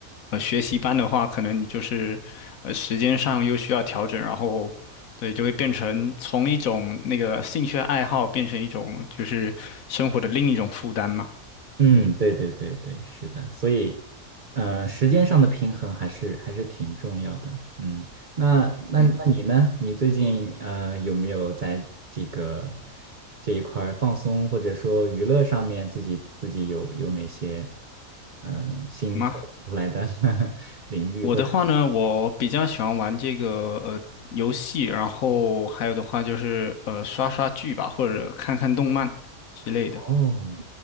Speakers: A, on the left; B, on the right.
A: 呃学习班的话，可能你就是呃时间上又需要调整，然后对，就会变成从一种那个兴趣爱好变成一种就是生活的另一种负担嘛。
B: 嗯，对对对对，是的，所以，呃，时间上的平衡还是还是挺重要的。嗯，那那那你呢？
A: 嗯，
B: 你最近呃有没有在这个这一块儿放松或者说娱乐上面自己自己有有哪些嗯、新拓展出来的
A: 吗？
B: <laughs> 领域或者
A: 我的话呢，我比较喜欢玩这个呃游戏，然后还有的话就是呃刷刷剧吧，或者看看动漫之类的。
B: 哦，